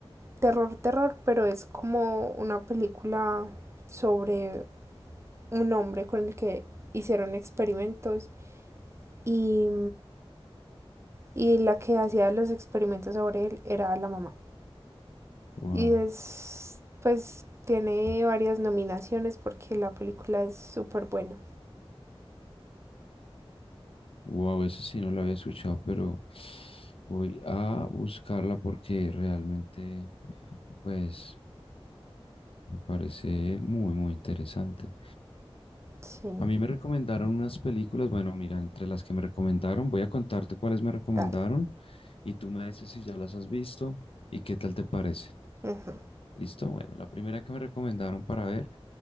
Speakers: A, on the right; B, on the left.
A: terror terror, pero es como una película sobre un hombre con el que hicieron experimentos y, y la que hacía los experimentos sobre él era la mamá.
B: Wow.
A: Y es pues tiene varias nominaciones porque la película es súper buena.
B: Wow, eso sí no lo había escuchado, pero voy a buscarla porque realmente, pues, me parece muy, muy interesante.
A: Sí.
B: A mí me recomendaron unas películas, bueno, mira, entre las que me recomendaron, voy a contarte cuáles me recomendaron
A: Dale.
B: y tú me dices si ya las has visto y qué tal te parece.
A: Ujú.
B: Listo, bueno, la primera que me recomendaron para ver